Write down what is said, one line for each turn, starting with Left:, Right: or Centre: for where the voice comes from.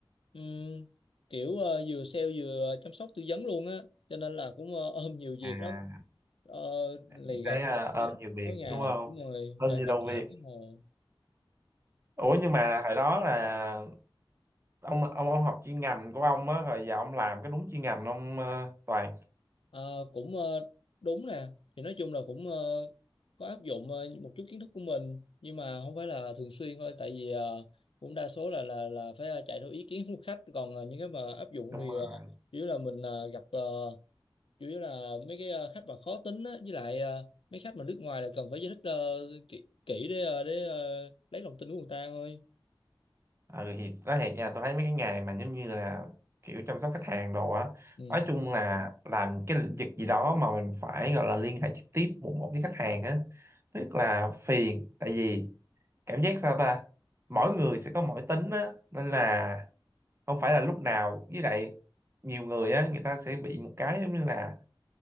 Left: Ừm, kiểu ờ, vừa sale vừa chăm sóc tư vấn luôn á, cho nên là cũng ờ, ôm nhiều việc
Right: À,
Left: lắm, uh, lì
Right: thì
Left: gặp
Right: thấy ờ,
Left: khách
Right: ôm nhiều việc
Left: mỗi ngày
Right: đúng không?
Left: đúng rồi,
Right: Ôm
Left: mà
Right: nhiều
Left: mà
Right: đâu
Left: chả
Right: việc.
Left: thấy ngồi.
Right: Ủa nhưng mà hồi đó là ông ông ông học chuyên ngành của ông á, rồi giờ ông làm cái đúng chuyên ngành ông ờ, Toàn.
Left: Ờ, cũng ờ, đúng nè thì nói chung là cũng ờ, có áp dụng ờ, một chút kiến thức của mình nhưng mà không phải là thường xuyên thôi tại vì ờ, cũng đa số là là là phải ờ, chạy theo ý kiến của khách còn ờ, những cái mà áp dụng
Right: Đúng
Left: thì
Right: rồi.
Left: ờ, chủ yếu là mình ờ, gặp ờ, chủ yếu là mấy cái ờ, khách mà khó tính á, với lại ờ, mấy khách mà nước ngoài là cần phải giải thích ờ, kỹ, kỹ để ờ, để ờ, lấy lòng tin của người ta thôi
Right: ừ thì nói thiệt nha tôi thấy mấy cái nghề mà giống như là kiểu chăm sóc khách hàng đồ á
Left: ừ.
Right: nói chung là làm cái lĩnh vực gì đó mà mình phải gọi là liên hệ trực tiếp một một với khách hàng á tức là phiền tại vì cảm giác sao ta mỗi người sẽ có mỗi tính á nên là không phải là lúc nào với lại nhiều người á người ta sẽ bị một cái giống như là